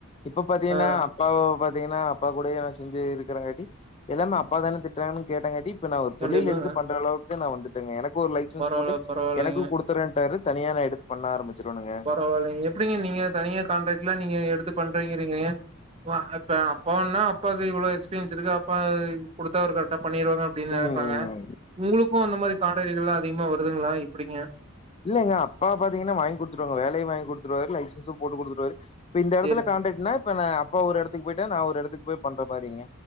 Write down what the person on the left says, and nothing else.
இப்ப பாத்தீங்கன்னா
அப்பா பாத்தீங்கன்னா அப்பா கூட ந செஞ்சு இருக்கங்காட்டி எல்லாமே அப்பா தானே திட்டுறாங்கன்னு கேட்டங்காட்டி இப்ப நா ஒரு தொழில
எடுத்து பண்ற அளவுக்கு நா வந்துட்டேங்க எனக்கு ஒரு லைசன்ஸ்
போட்டு
எனக்கு கொடுத்த குடுத்தர்ரேன்டாரு தனியா நா எடுத்து பண்ண ஆரம்பிச்சிருவனுங்க
ம்
இல்லங்க அப்பா பாத்தீங்கன்னா வாங்கி கொடுத்துருவாங்க வேலையும் வாங்கி குடுத்துருவாரு லைசன்ஸும் போட்டுக் குடுத்துருவாரு இப்ப இந்த இடத்துல
கான்டாராக்ட்னா இப்ப ந அப்பா ஒரு இடத்துக்கு போயிட்டா நான் ஒரு இடத்துக்கு போய் பண்ற மாறீங்க